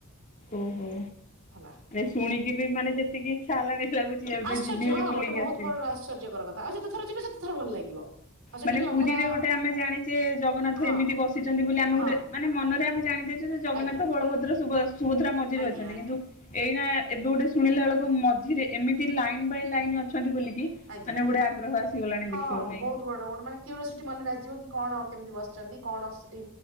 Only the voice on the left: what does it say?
ଓହୋ।
ଶୁଣିକି ବି ମାନେ ଯେତିକି ଇଚ୍ଛା ହେଲାଣି ଲାଗୁଛି ଏବେ
ଯିବିହରି
ବୁଲିକି
ଆସିବି।
ମାନେ
ପୁରୀରେ
ଗୋଟେ ଆମେ ଜାଣିଛେ ଜଗନ୍ନାଥ
ଏମିତି ବସିଛନ୍ତି ବୋଲି ଆମେ
ଗୋଟେ ମାନେ ମନରେ ଆମେ ଜାଣି ଛେ ଯେ, ଜଗନ୍ନାଥ,
ବଳଭଦ୍ର, ସୁଭଦ୍ରା ମଝିରେ
ଅଛନ୍ତି,
କିନ୍ତୁ ଏଇନା ଏବେ ଗୋଟେ ଶୁଣିଲା ବେଳକୁ ମଝିରେ ଏମିତି ଲାଇନ୍ ବାଇ ଲାଇନ୍ ଅଛନ୍ତି ବୋଲିକି
ମାନେ ଗୋଟେ ଆଗ୍ରହ ଆସିଗଲାଣି
ଦେଖିବା ପାଇଁ।